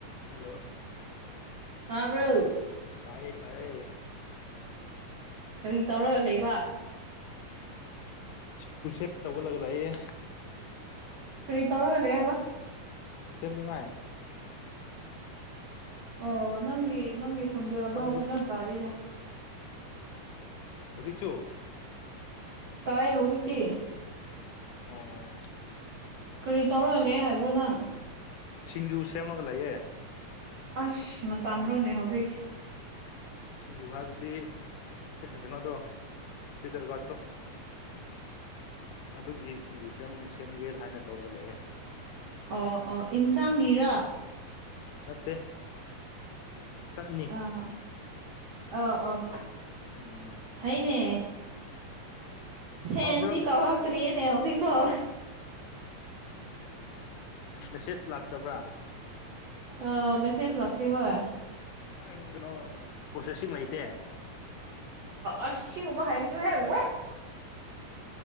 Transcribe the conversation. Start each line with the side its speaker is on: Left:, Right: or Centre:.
Left: hello
Right: ꯇꯥꯕ꯭ꯔꯣ
Left: ꯇꯥꯏꯌꯦ ꯇꯥꯏꯌꯦ
Right: ꯀꯔꯤ ꯇꯧꯔꯒ ꯂꯩꯕ
Left: ꯄꯨꯁꯑꯞ ꯇꯧꯔꯒ ꯂꯩꯌꯦ
Right: ꯀꯔꯤ ꯇꯧꯔ ꯂꯩꯌꯦꯕ
Left: ꯁꯦꯝꯅꯤꯡꯉꯥꯏ
Right: ꯑꯣ ꯅꯪꯒꯤ ꯅꯪꯒꯤ ꯈꯨꯟꯖꯦꯜꯗꯣ
Left: ꯈꯪꯕ꯭ꯔ
Right: ꯐꯖꯅ ꯇꯥꯗꯤꯌꯦ
Left: ꯍꯧꯖꯤꯛꯁꯨ
Right: ꯇꯥꯏ ꯍꯧꯖꯤꯛꯇꯤ
Left: ꯑꯣ ꯑꯣ
Right: ꯀꯔꯤ ꯇꯧꯔ ꯂꯩ ꯍꯥꯏꯕ꯭ꯔꯣ ꯅꯪ
Left: ꯁꯤꯡꯖꯨ ꯁꯦꯝꯃꯒ ꯂꯩꯌꯦ
Right: ꯑꯁ ꯃꯇꯝꯔꯣꯅꯦ ꯍꯧꯖꯤꯛ
Left: ꯁꯤꯡꯖꯨ ꯍꯥꯏꯕꯗꯤ ꯀꯩꯅꯣꯗꯣ ꯕꯤꯇꯔ ꯒ꯭ꯋꯥꯠꯇꯣ ꯑꯗꯨꯒꯤ ꯁꯤꯡꯖꯨ ꯁꯦꯝ ꯁꯦꯝꯒꯦꯅ ꯍꯥꯏꯅ ꯇꯧꯔꯒ ꯂꯩꯌꯦ
Right: ꯑꯣ ꯑꯣ ꯏꯟꯁꯥꯡꯒꯤꯔ
Left: ꯅꯠꯇꯦ ꯆꯠꯅꯤ
Right: ꯑꯥ ꯑꯧ ꯑꯧ
Left: ꯎꯝ
Right: ꯐꯩꯅꯦ ꯁꯦꯟꯗꯤ
Left: ꯐꯕ꯭ꯔꯥ
Right: ꯇꯧꯔꯛꯇ꯭ꯔꯤꯌꯦꯅꯦ ꯍꯧꯖꯤꯛꯐꯥꯎ
Left: ꯃꯦꯁꯦꯁ ꯂꯥꯛꯇꯕ꯭ꯔ
Right: ꯑꯥ ꯃꯦꯁꯦꯁ ꯂꯥꯛꯇꯦ ꯍꯣꯏ
Left: ꯀꯥꯏꯗꯩꯅꯣ ꯄ꯭ꯔꯣꯁꯦꯁꯁꯤꯡ ꯂꯩꯇꯦ
Right: ꯑꯁ ꯁꯤꯒꯨꯝꯕ ꯍꯥꯏꯒꯅꯨꯍꯦ ꯋꯦ